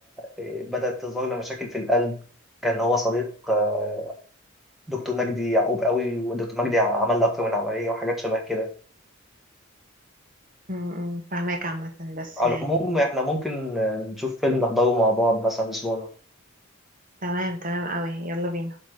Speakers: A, in the centre; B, on the right.
A: إيه، بدأت تظهر له مشاكل في القلب كان هو صديق آه، دكتور مجدي يعقوب قوي ودكتور مجدي عمل له أكتر من عملية وحاجات شبه كده
B: م- م، فاهماك عامه بس
A: على
B: يعني
A: العموم إحنا ممكن آه، نشوف فيلم نحضره مع بعض مثلا أسبوع
B: تمام تمام قوي يلا بينا